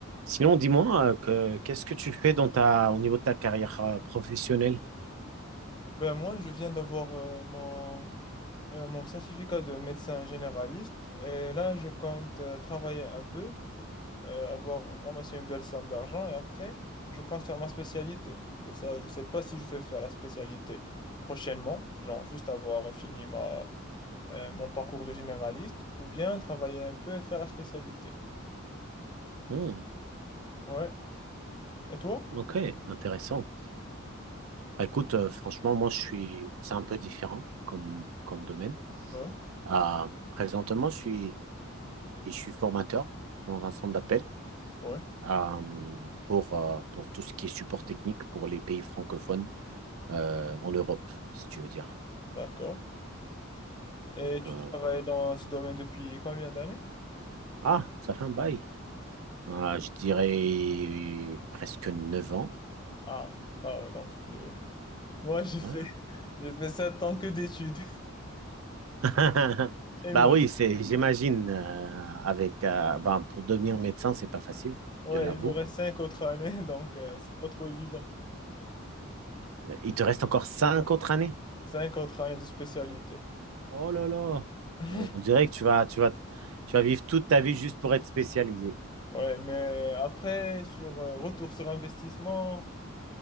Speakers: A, on the right; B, on the left.
A: Sinon, dis-moi, euh, que- qu'est-ce que tu fais dans ta, au niveau de ta carrière euh, professionnelle?
B: Ben moi, je viens d'avoir euh, mon, euh, mon certificat de médecin généraliste et là, je compte euh, travailler un peu, euh, avoir ramassé une belle somme d'argent et après, je compte faire ma spécialité. C'est ça, je sais pas si je vais faire la spécialité prochainement, genre juste avoir fini ma, euh, mon parcours de généraliste ou bien travailler un peu et faire la spécialité.
A: Hmm,
B: Ouais. Et toi?
A: ok, intéressant. Bah, Écoute, euh, franchement, moi, je suis, c'est un peu différent comme, comme domaine.
B: Ouais.
A: Euh, présentement, je suis, je suis formateur dans un centre d'appel
B: Ouais.
A: euh, pour, euh, pour tout ce qui est support technique pour les pays francophones euh, en Europe, si tu veux dire.
B: D'accord. Et
A: Donc,
B: tu
A: euh,
B: travailles
A: voilà.
B: dans ce domaine depuis combien d'années?
A: Ah, ça fait un bail. Euh, je dirais presque 9 ans.
B: Ah, ça va, donc tu... Moi, j'ai
A: ouais.
B: fait, j'ai fait 7 ans que d'études.
A: <laughs>
B: Et Il
A: Bah
B: me reste,
A: oui, c'est, j'imagine, euh, avec, euh, ben, pour devenir médecin, c'est pas facile,
B: ouais,
A: je l'avoue.
B: il me reste 5 autres années, donc euh, c'est pas trop évident.
A: Il te reste encore cinq autres années.
B: cinq autres années de spécialité.
A: Oh là là,
B: <laughs>
A: on dirait que tu vas, tu vas, tu vas vivre toute ta vie juste pour être spécialisé.
B: Ouais, mais après, sur euh, retour sur investissement,